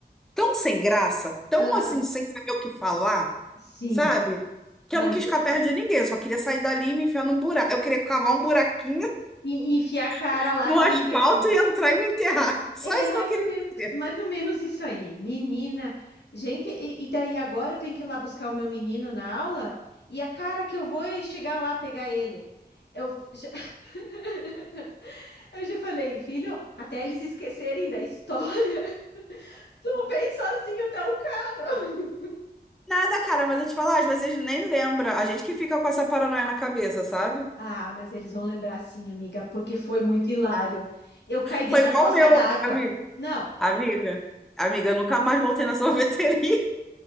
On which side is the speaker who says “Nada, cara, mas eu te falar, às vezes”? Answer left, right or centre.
Centre